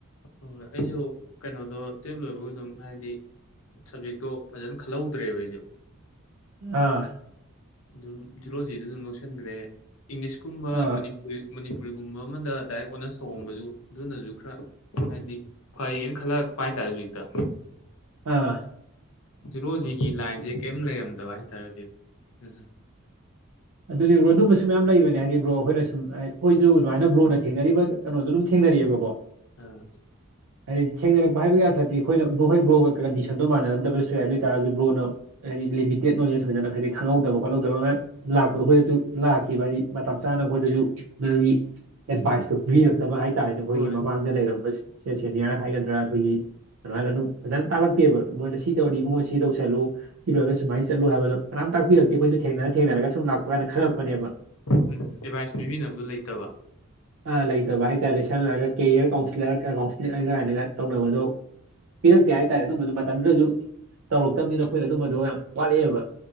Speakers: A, on the left; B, on the right.
A: ꯍꯣꯏ ꯍꯣꯏ ꯑꯩꯁꯨ ꯀꯩꯅꯣꯗꯣ ꯇꯨꯋꯜꯞ ꯂꯣꯏꯕꯒ ꯑꯗꯨꯝ ꯍꯥꯏꯗꯤ ꯁꯞꯖꯦꯛꯇꯣ ꯐꯖꯅ ꯈꯜꯍꯧꯗ꯭ꯔꯦꯕ ꯑꯩꯁꯨꯦ
B: ꯑꯥ
A: ꯑꯗꯨꯝ ꯖꯨꯂꯣꯖꯤꯗ ꯑꯗꯨꯝ ꯂꯧꯁꯤꯟꯈ꯭ꯔꯦ ꯏꯪꯂꯤꯁꯀꯨꯝꯕ
B: ꯑꯥ
A: ꯃꯅꯤꯄꯨꯔꯤ ꯃꯅꯤꯄꯨꯔꯤꯒꯨꯝꯕ ꯑꯃꯗ ꯗꯥꯏꯔꯦꯛ ꯑꯣꯅꯔꯁ ꯇꯧꯉꯝꯕꯁꯨ ꯑꯗꯨꯅꯁꯨ ꯈꯔ ꯍꯥꯏꯗꯤ ꯐꯩꯌꯦꯅ ꯈꯜꯂ ꯄꯥꯏ ꯇꯥꯔꯦꯖꯣꯏꯇ
B: ꯑꯥ
A: ꯖꯤꯔꯣ ꯖꯤꯒꯤ ꯂꯥꯏꯟꯁꯦ ꯀꯔꯤꯝ ꯂꯩꯔꯝꯗꯕ ꯍꯥꯏꯇꯥꯔꯦꯖꯤ ꯎꯝ
B: ꯑꯗꯨꯗꯤ ꯕ꯭ꯔꯣ ꯑꯗꯨꯝꯕꯁꯨ ꯃꯌꯥꯝ ꯂꯩꯕꯅꯦ ꯍꯥꯏꯗꯤ ꯕ꯭ꯔꯣ ꯑꯩꯈꯣꯏꯅ ꯁꯨꯝ ꯑꯩꯈꯣꯏꯁꯨ ꯑꯗꯨꯃꯥꯏꯅ ꯕ꯭ꯔꯣꯅ ꯊꯦꯡꯅꯔꯤꯕ ꯀꯩꯅꯣꯗꯨ ꯑꯗꯨꯝ ꯊꯦꯡꯅꯔꯤꯑꯕꯀꯣ
A: ꯑꯥ
B: ꯍꯥꯏꯗꯤ ꯊꯦꯡꯅꯔꯛꯄ ꯍꯥꯏꯕꯒꯤ ꯌꯥꯗ꯭ꯔꯗꯤ ꯑꯩꯈꯣꯏꯅ ꯭ꯔꯣ ꯍꯣꯏ ꯕ꯭ꯔꯣꯒ ꯀꯟꯗꯤꯁꯟꯗꯣ ꯃꯥꯟꯅꯔꯝꯗꯕꯁꯨ ꯌꯥꯏ ꯑꯗꯨ ꯑꯣꯏꯇꯥꯔꯁꯨ ꯕ꯭ꯔꯣꯅ ꯍꯥꯏꯗꯤ ꯂꯤꯃꯤꯇꯦꯠ ꯅꯣꯂꯦꯖ ꯑꯣꯏꯗꯅ ꯍꯥꯏꯗꯤ ꯈꯪꯍꯧꯗ ꯈꯣꯠꯍꯧꯕ ꯃꯌꯥꯝ ꯂꯥꯛꯄꯗꯣ ꯑꯩꯈꯣꯏꯗꯁꯨ ꯂꯥꯛꯈꯤꯕ ꯍꯥꯏꯗꯤ ꯃꯇꯝ ꯆꯥꯅ ꯑꯩꯈꯣꯏꯗꯁꯨꯒꯤ ꯑꯦꯗꯚꯥꯏꯁꯇꯣ ꯄꯤꯕꯤꯔꯛꯇꯕ ꯍꯥꯏꯇꯥꯥꯔꯦꯅꯦ ꯑꯩꯈꯣꯏꯒꯤ
A: ꯍꯣꯏ
B: ꯃꯃꯥꯡꯗ ꯂꯩꯔꯝꯕ ꯁꯦꯅꯤꯌꯔ ꯍꯥꯏꯒꯗ꯭ꯔꯥ ꯑꯩꯈꯣꯏꯒꯤ ꯑꯗꯨꯃꯥꯏꯅ ꯑꯗꯨꯝ ꯐꯖꯅ ꯇꯥꯜꯂꯛꯇꯦꯕ ꯃꯣꯏꯅ ꯁꯤ ꯇꯧꯔꯤ ꯏꯕꯨꯡꯉꯣ ꯁꯤ ꯇꯧꯁꯤꯜꯂꯨ ꯁꯤ ꯂꯣꯏꯔꯒ ꯁꯨꯃꯥꯏꯅ ꯆꯠꯂꯨ ꯍꯥꯏꯕꯗꯣ ꯀꯅꯥꯝ ꯇꯥꯛꯄꯤꯔꯛꯇꯦ ꯑꯩꯈꯁꯨ ꯊꯦꯡꯅ ꯊꯦꯡꯅꯔꯒ ꯁꯨꯝ ꯂꯥꯛꯄꯥꯟꯗ ꯈꯪꯉꯄ ꯅꯦꯕ
A: ꯎꯝ ꯑꯦꯗꯚꯥꯏꯁ ꯄꯤꯕꯤꯅꯕꯗꯣ ꯂꯩꯇꯕ
B: ꯑ ꯂꯇꯥꯕ ꯏꯁꯇꯥꯏꯂꯤꯁ ꯁꯝꯅꯔꯒ ꯀꯦꯔꯤꯌꯔ ꯀꯥꯎꯟꯁꯤꯂꯔ ꯀꯥꯎꯟꯁꯤ ꯀꯥꯏꯅꯒ ꯇꯧꯅꯕꯗꯣ ꯄꯤꯔꯛꯇꯦ ꯍꯥꯏꯇꯥꯔꯦ ꯑꯗꯨꯝꯕꯗꯨ ꯃꯇꯝꯗꯨꯗꯁꯨ ꯇꯧꯔꯛꯇꯕꯅꯤꯅ ꯑꯩꯈꯣꯏꯅ ꯑꯗꯨꯝꯕꯗꯣ ꯌꯥꯝ ꯋꯥꯠꯂꯛꯑꯦꯕ....